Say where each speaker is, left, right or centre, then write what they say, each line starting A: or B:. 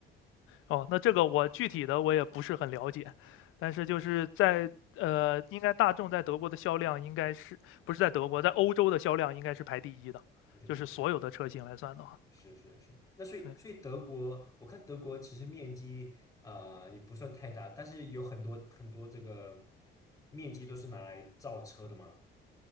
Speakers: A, on the left (about 85°); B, on the left (about 15°).
A: 哦，那这个我具体的我也不是很了解，但是就是在呃，应该大众在德国的销量应该是不是在德国，在欧洲的销量应该是排第一的，
B: 你就看一点。
A: 就是所有的车型来算的话，
B: 是是是，那所以所以德国，
A: 对。
B: 我看德国其实面积呃也不算太大，但是有很多很多这个面积都是拿来造车的嘛。